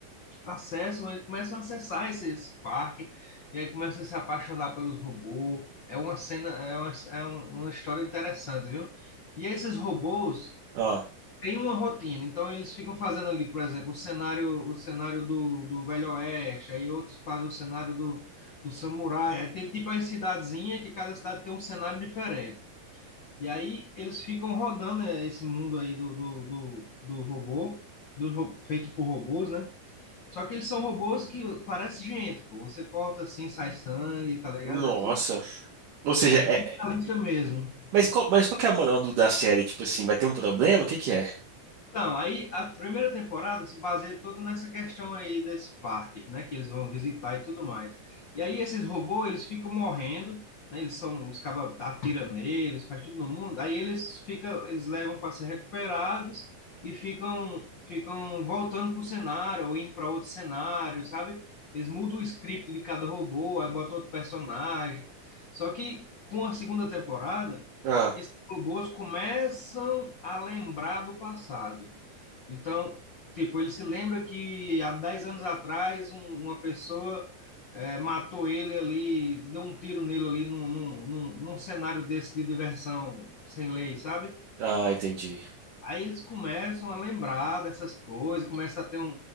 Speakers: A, on the left; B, on the right.
A: acessam, eles começam a acessar esse, esse parque, e aí começam a se apaixonar pelos robôs. É uma cena, é uma, é um- uma história interessante, viu? E esses robôs
B: ah.
A: têm uma rotina, então eles ficam fazendo ali, por exemplo, o cenário, o cenário do, do Velho Oeste, aí outros fazem o cenário do, do Samurai, aí tem tipo as cidadezinhas, que cada cidade tem um cenário diferente. E aí eles ficam rodando é, esse mundo aí do, do, do, do robô, dos, ro- feito por robôs, né? Só que eles são robôs que parece gente, pô. Você corta assim, sai sangue, tá ligado?
B: Nossa.
A: É tudo.
B: Ou seja,
A: É bem
B: é... é-
A: realista mesmo.
B: mas, qual, mas qual que é a moral do- da série? Tipo assim, vai ter um problema? O que que é?
A: Então, aí a primeira temporada se baseia toda nessa questão aí desse parque, né, que eles vão visitar e tudo mais. E aí esses robôs, eles ficam morrendo, né, eles são, os cabas atiram neles, faz tudo no mundo, aí eles ficam, eles levam para ser recuperados e ficam, ficam voltando para o cenário ou indo para outro cenário, sabe? Eles mudam o script de cada robô, aí botam outro personagem. Só que com a segunda temporada,
B: Ah,
A: esses robôs começam a lembrar do passado. Então, tipo, ele se lembra que há 10 anos atrás um- uma pessoa eh, matou ele ali, deu um tiro nele ali num, num, num, num cenário desse de diversão sem lei, sabe?
B: ah, entendi.
A: Aí eles começam a lembrar dessas coisas, começa a ter um,